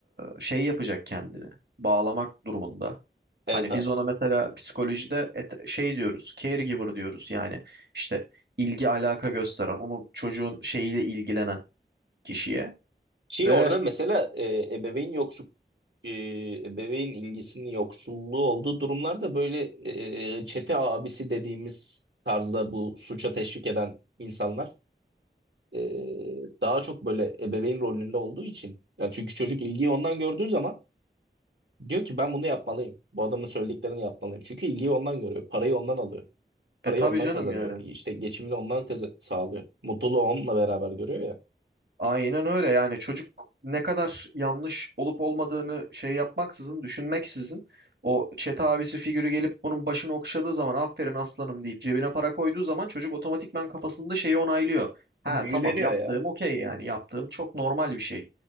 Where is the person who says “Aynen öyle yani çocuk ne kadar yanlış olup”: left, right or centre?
Right